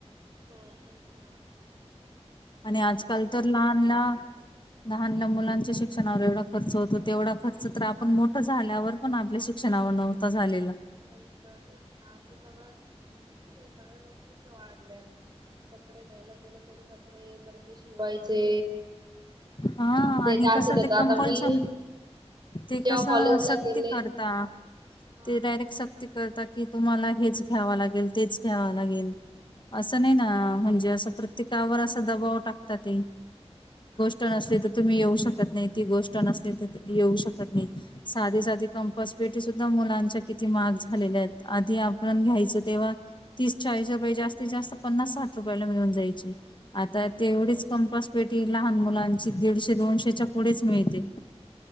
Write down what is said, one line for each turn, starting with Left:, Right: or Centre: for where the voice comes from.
Right: हो ते सना
Left: आणि आजकाल तर लहान लहान मुलांच्या शिक शिक्षणावर एवढा खर्च होतो. तेवढा खर्च तर, आपण मोठं झाल्यावर पण आपल्या शिक्षणावर नव्हता झालेला.
Right: तेच ना आता सगळ्या म्हणजे क सगळ्या गोष्ट वाढल्या कपडे घ्यायला गेल तरी कपडे परत ते शिवायचे
Left: हा
Right: आता आमच्या
Left: आणि
Right: इथे असंच
Left: कसं
Right: होतं
Left: ते
Right: आता
Left: कंपल्शन
Right: मी मी
Left: ते
Right: जेव्हा
Left: कसं
Right: कॉलेजला
Left: सक्ती
Right: गेले
Left: करतात,
Right: हा.
Left: ते डायरेक्ट स करता की तुम्हाला हेच घ्यावा लागेल, तेच घ्यावा लागेल. असं नाही ना, म्हणजे असं प्रत्येकावर असा दबाव टाकता ते.
Right: हा ना
Left: टण असले
Right: तेच
Left: तर तुम्ही येऊ शक त नाही. ती गोष्ट नसतील तर येऊ शकत नाही. साधी साधी कंपासपेटी सुद्धा मुलांच्या महाग झालेल्या आहेत आधी आपण घ्यायच तेव्हा तीस चाळीस रुपये जास्तीत जास्त पन्नास साठ- रुपयाला मिळून जायची. आता तेवढीच
Right: हो
Left: कंपासपेटी लहान मुला ची दीडशे दोनशेच्या पुढेच मिळते